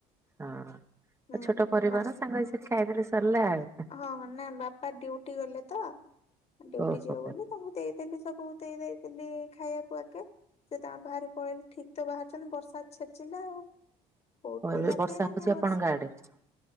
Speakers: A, on the right; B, on the left.
A: ହଁ। ଆଉ
B: ହୁଁ
A: ଛୋଟ ପରିବାର
B: ମା
A: ସାଙ୍ଗ ହେଇ ସେଠି ଖାଇଦେଲେ। ସରିଲା ଆଉ।
B: ହଁ ନା ବାପା ଡ୍ୟୁଟି ଗଲେ ତ, ଡିଉଟି
A: ଓହୋ
B: ଯିବେ
A: ହୋ
B: ବୋଲି ସବୁ ଦେଇଦେଲି ସବୁ ଦେଇ ଦାଇକି ଖାଇବାକୁ ଆଗେ। ସେ ତାଙ୍କର ବାହାରି ପଳେଇଲେ। ଠିକ ତ ବାହାରିଛନ୍ତି ବର୍ଷା ଛେଚିଲା ଆଉ। କୋଉଠି
A: ଏବେ
B: ଥିଲା
A: ବର୍ଷା
B: କେଜାଣି ଏ ବର୍ଷା
A: <unintelligible>